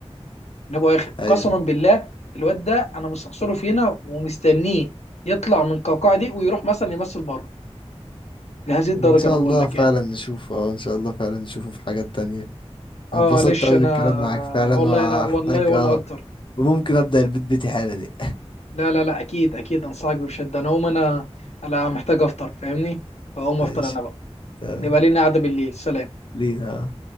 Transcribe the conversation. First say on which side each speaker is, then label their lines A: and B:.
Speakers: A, on the left (about 80°); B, on the left (about 50°).
A: انا ابو اخر
B: ايوه
A: قسما بالله الواد ده انا مستخسره فينا ومستنيه يطلع من القوقعه دي ويروح مثلا يمثل بره لهذه الدرجه
B: ان شاء
A: انا بقول
B: الله
A: لك
B: فعلا
A: يعني
B: نشوفه اه ان شاء الله فعلا نشوفه في حاجات تانية أنا
A: اه
B: اتبسطت
A: معلش
B: قوي
A: انا
B: بالكلام معاك فعلا
A: والله
B: وهحتاج
A: انا والله وانا
B: اه
A: اكتر
B: وممكن ابدا البيت بيتي حالا دي
A: لا لا لا اكيد اكيد انصحك بشده انا اقوم انا انا محتاج افطر فاهمني فاقوم
B: <laughs>
A: افطر
B: ماشي
A: انا بقى
B: تمام
A: نبقى لينا قعده بالليل سلام
B: لينا آه.